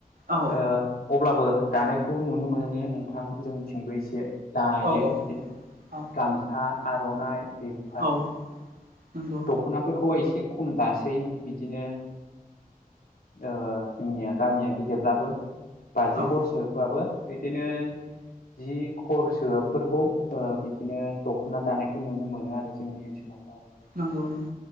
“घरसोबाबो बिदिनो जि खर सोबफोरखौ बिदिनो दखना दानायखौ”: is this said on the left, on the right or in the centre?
Left